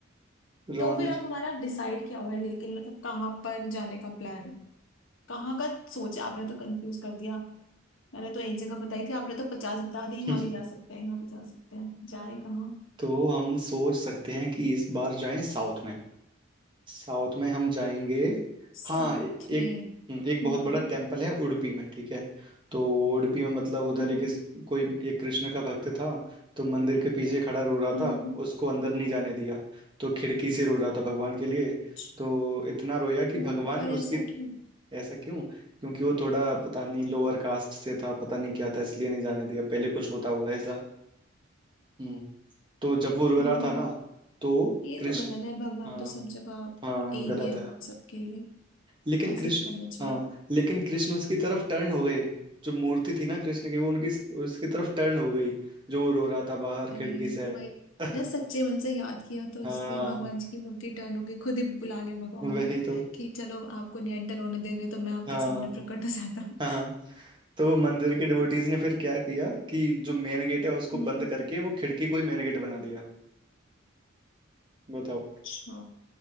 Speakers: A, on the right (about 25°); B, on the left (about 75°).
A: रामेश
B: तो फिर अब हमारा डिसाइड क्या हुआ है लेकिन मतलब कहाँ पर जाने का प्लान कहाँ का सोचा आपने तो कंफ्यूज कर दिया मैंने तो एक जगह बताई थी आपने तो पचास बता दी यहाँ
A: <laughs>
B: भी जा सकते हैं यहाँ भी जा सकते हैं जाए कहाँ
A: तो हम सोच सकते हैं कि इस बार जाएं साउथ में साउथ में हम जाएंगे
B: साउथ
A: हाँ ए-
B: में
A: एक हम्म, एक
B: हम्म
A: बहुत बड़ा टेम्पल है उडुपी में ठीक है तो उडुपी में मतलब उधर
B: हम्म
A: एक इस- कोई एक कृष्ण का भक्त था तो मंदिर के पीछे खड़ा रो रहा
B: हम्म
A: था उसको अंदर नहीं जाने दिया तो खिड़की से रो रहा था भगवान के लिए
B: अच्छा,
A: तो इतना रोया कि
B: ओ,
A: भगवान
B: पर
A: उसकी
B: ऐसा क्यों
A: ऐसा क्यों क्योंकि वो थोड़ा पता नहीं लोअर कास्ट से था पता नहीं क्या था इसलिए नहीं जाने दिया पहले कुछ होता होगा ऐसा हम्म तो जब वो रो
B: हम्म
A: रहा था
B: हम्म।
A: ना तो
B: ये
A: कृष्ण
B: तो गलत है भगवान
A: हाँ
B: तो सब जगह
A: हाँ
B: एक
A: गलत
B: ही है
A: है
B: सबके लिए
A: लेकिन
B: ऐसे
A: कृष्ण
B: नहीं करना चाहिए
A: हाँ लेकिन कृष्ण उसकी तरफ टर्न हो गए जो मूर्ति थी ना कृष्ण की वो उनकी उसकी तरफ टर्न हो गई जो वो रो रहा था बाहर
B: अरे
A: खिड़की से
B: तो वही
A: <laughs>
B: ना सच्चे मन से याद किया तो
A: हाँ
B: इसलिए भगवान जी की मूर्ति टर्न हो गई खुद ही बुला लिया भगवान
A: वही
B: ने
A: तो
B: कि चलो आपको निरंतर होने दे रहे तो मैं आपके
A: हाँ
B: सामने प्रकट हो जाता हूँ
A: हाँ हाँ। तो मंदिर के डिवोटीज ने फिर क्या किया कि जो मेन गेट है उसको
B: हम्म
A: बंद करके वो खिड़की को ही मेन गेट बना दिया बताओ
B: अच्छा